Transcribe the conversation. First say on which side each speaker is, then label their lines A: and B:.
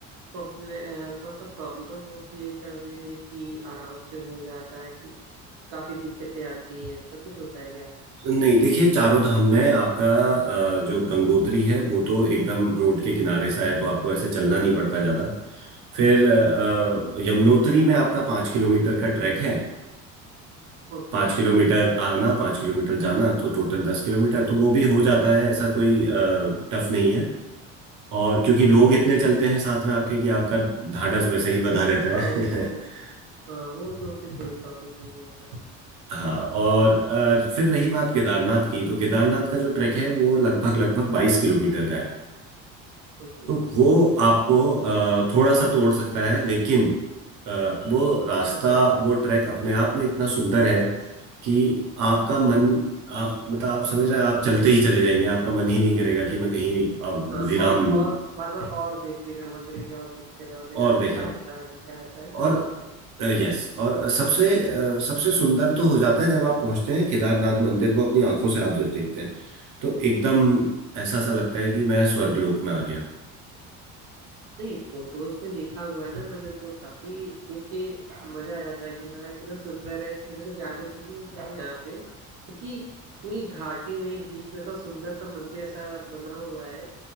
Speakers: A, on the right; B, on the right.
A: प्रॉब्लम थोड़ा सा प्रॉब्लम होती है चढ़ने में कि आराम से हो जाता है कि काफी दिक्कतें आती हैं ऐसा कुछ होता है क्या
B: नहीं देखिए चारों धाम में आपका अ, जो गंगोत्री है वो तो एकदम रोड के किनारे सा है तो आपको ऐसे चलना नहीं पड़ता ज्यादा फिर
A: अच्छा
B: अ,
A: अच्छा
B: यमुनोत्री में आपका पाँच किलोमीटर का ट्रैक है
A: ओके
B: पाँच किलोमीटर आना पाँच किलोमीटर जाना तो टोटल दस किलोमीटर तो वो भी हो जाता है ऐसा कोई टफ नहीं है और क्योंकि
A: हाँ
B: लोग
A: हाँ
B: इतने चलते हैं साथ में आपके कि आपका ढाढ़स वैसे ही बंधा रहता
A: हाँ,
B: है
A: वो तो
B: <laughs>
A: हाँ वो तो फिर कोई प्रॉब्लम नहीं है सर
B: हाँ और अ, फिर रही बात केदारनाथ की तो केदारनाथ का जो ट्रैक है वो लगभग लगभग बाईस किलोमीटर का है
A: ओके
B: तो वो आपको अ, थोड़ा सा तोड़ सकता है लेकिन अ, वो रास्ता
A: हाँ हाँ
B: वो ट्रैक अपने आप में इतना सुंदर है कि आपका मन
A: जी
B: आप मतलब आप समझ रहे हैं आप चलते ही चले जाएंगे आपका मन ही नहीं करेगा कि मैं कहीं अ,
A: हाँ
B: विराम
A: और
B: लूं
A: और बार बार और देखने का मन करेगा और देखते रहे और देख
B: और
A: आगे
B: देखना
A: क्या आता है आगे क्या आता है ना
B: और
A: ऐसा
B: यस और सबसे अ, सबसे सुंदर तो हो जाता है जब आप पहुंचते हैं केदारनाथ मंदिर को अपनी आंखों से आप जब देखते हैं तो एकदम ऐसा सा लगता है कि मैं स्वर्गलोक में आ गया
A: नहीं फोटोज में देखा हुआ है ना मैंने तो काफी देख के मजा आ जाता है कि हाँ यार कितना सुंदर है मेरे को जाना चाहिए यार यहाँ पे क्योंकि पूरी घाटी में एक बीच में ऐसा सुंदर सा मंदिर ऐसा बना हुआ है